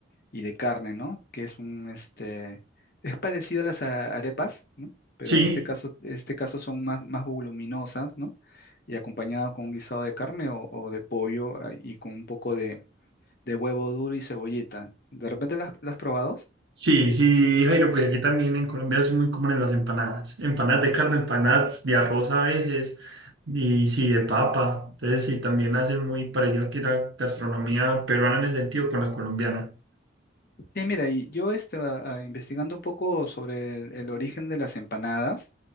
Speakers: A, on the left (about 50°); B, on the right (about 70°).
A: y de carne, ¿no? Que es un, este, es parecido a las a- arepas, ¿no? Pero
B: Sí.
A: en este caso, en este caso son más, más voluminosas, ¿no? Y acompañado con un guisado de carne o, o de pollo ah, y con un poco de, de huevo duro y cebollita. ¿De repente las, las has probado?
B: Sí, sí, Jairo, porque aquí también en Colombia son muy comunes las empanadas. Empanadas de carne, empanadas de arroz a veces, y sí, de papa. Entonces, sí, también hacen muy parecido aquí la gastronomía peruana en ese sentido con la colombiana.
A: Sí, mira, y yo este, a- a- investigando un poco sobre el, el origen de las empanadas,